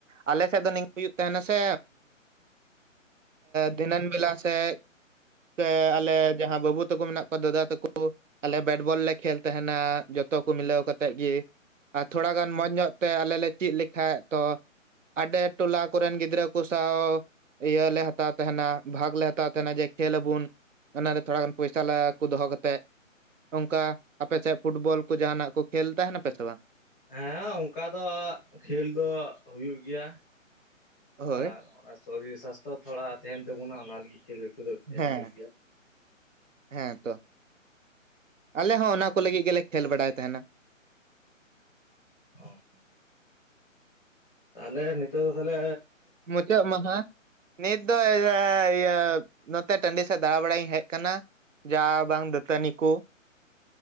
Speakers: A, on the right; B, in the centre.
A: ᱟᱞᱮ ᱥᱮᱫ ᱫᱚ ᱱᱤᱝᱠᱟᱹ ᱦᱩᱭᱩᱜ ᱛᱟᱦᱮᱱᱟ ᱥᱮ ᱫᱷᱤᱱᱟᱹᱱ ᱵᱮᱞᱟ ᱥᱮᱼᱼ ᱥᱮ ᱟᱞᱮ ᱡᱟᱦᱟᱸ ᱵᱟᱹᱵᱩ ᱛᱟᱠᱚ ᱢᱮᱱᱟᱜ ᱠᱚᱣᱟ ᱫᱟᱫᱟ ᱛᱟᱠᱚ ᱟᱞᱮ ᱵᱮᱴᱵᱚᱞ ᱞᱮ ᱠᱷᱮᱞ ᱛᱟᱦᱮᱱᱟ ᱡᱚᱛᱚ ᱠᱚ ᱢᱤᱞᱟᱹᱣ ᱠᱟᱛᱮᱫ ᱜᱮᱼᱼ ᱟᱨ ᱛᱷᱚᱲᱟ ᱜᱟᱱ ᱢᱚᱸᱡᱽ ᱧᱚᱜ ᱛᱮ ᱟᱞᱮ ᱞᱮ ᱪᱮᱫ ᱞᱮᱠᱷᱟᱡ ᱛᱚ ᱟᱰᱮ ᱴᱚᱞᱟ ᱠᱚᱨᱮᱱ ᱜᱤᱫᱽᱨᱟᱹ ᱠᱚ ᱥᱟᱶ ᱤᱭᱟᱹᱞᱮ ᱦᱟᱛᱟᱣ ᱛᱟᱦᱮᱱᱟ ᱵᱷᱟᱜᱽ ᱞᱮ ᱦᱟᱛᱟᱣ ᱛᱟᱦᱮᱱᱟ ᱡᱮ ᱠᱷᱮᱞ ᱟᱵᱩᱱ ᱾ ᱚᱱᱟᱨᱮ ᱛᱷᱚᱲᱟ ᱜᱟᱱ ᱯᱚᱭᱥᱟ ᱞᱮᱠᱩ ᱫᱚᱦᱚ ᱠᱟᱛᱮᱫ ᱾ ᱩᱝᱠᱟ ᱟᱯᱮ ᱥᱮᱫ ᱯᱷᱩᱴᱵᱚᱞ ᱠᱚ ᱡᱟᱦᱟᱱᱟᱜ ᱠᱚ ᱠᱷᱮᱞ ᱛᱟᱦᱮᱱᱟᱯᱮ ᱥᱮ ᱵᱟᱝ?
B: ᱦᱮᱸ ᱚᱝᱠᱟ ᱫᱚ ᱠᱷᱮᱞ ᱫᱚ ᱦᱩᱭᱩᱜ ᱜᱮᱭᱟ
A: ᱦᱳᱭ
B: ᱟᱨ ᱚᱱᱟ ᱥᱚᱨᱤᱨ ᱥᱟᱥᱛᱷᱚ ᱛᱷᱚᱲᱟ ᱛᱟᱦᱮᱱ ᱛᱟᱵᱩᱱᱟ ᱚᱱᱟ ᱞᱟᱹᱜᱤᱫ ᱠᱷᱮᱞᱳ ᱠᱚᱫᱚ ᱛᱟᱦᱮᱱ
A: ᱦᱮᱸ
B: ᱦᱩᱭᱩᱜ ᱜᱮᱭᱟ ᱾
A: ᱦᱮᱸ ᱛᱚ ᱟᱞᱮ ᱦᱚᱸ ᱚᱱᱟ ᱠᱚ ᱞᱟᱹᱜᱤᱫ ᱜᱮᱞᱮ ᱠᱷᱮᱞ ᱵᱟᱲᱟᱭ ᱛᱟᱦᱮᱱᱟ ᱾
B: <inaudible> ᱚ, ᱛᱟᱦᱞᱮ ᱱᱤᱛᱚᱜ ᱫᱚ ᱛᱟᱦᱞᱮ
A: ᱢᱩᱪᱟᱹᱫ ᱢᱟᱦᱟᱸ ᱱᱤᱛ ᱫᱚ <inaudible> ᱤᱭᱟᱹ ᱱᱚᱛᱮ ᱴᱟᱺᱰᱤ ᱥᱮᱫ ᱫᱟᱬᱟ ᱵᱟᱲᱟᱧ ᱦᱮᱡ ᱠᱟᱱᱟ ᱾ ᱡᱟ ᱵᱟᱝ ᱫᱟᱹᱛᱟᱹᱱᱤ ᱠᱚ